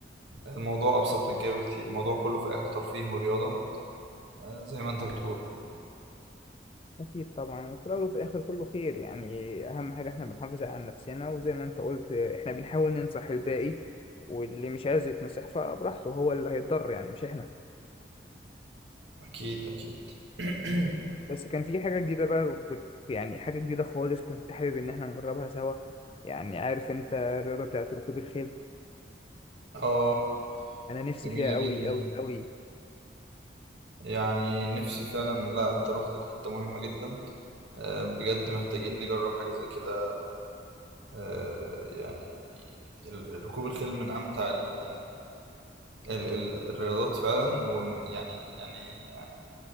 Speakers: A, on the right; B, on the left.
A: الموضوع ابسط من كده بكتير الموضوع كله في الاخر ترفيه ورياضه أه، زي ما انت بتقول
B: اكيد طبعا وفي الاول وفي الاخر كله خير يعني اهم حاجه احنا بنحافظ على نفسنا وزي ما انت قلت احنا بنحاول ننصح الباقي واللي مش عايز يتنصح فبراحته هو اللي هيتضر يعني مش احنا
A: أكيد أكيد <clears throat>
B: بس كان في حاجه جديده بقى كنت يعني حاجه جديده خالص كنت حابب ان احنا نجربها سوا يعني عارف انت الرياضه بتاعت ركوب الخيل
A: آه
B: انا نفسي
A: جميلة
B: فيها قوي
A: جدا
B: قوي قوي
A: يعني نفسي فعلا لا أنت رحت لحتة مهمة جدا آه، بجد محتاجين نجرب حاجة زي كده آه، يعني ال- ركوب الخيل من أمتع ال- ال- ال- الرياضات فعلا ويعني يعني يعني،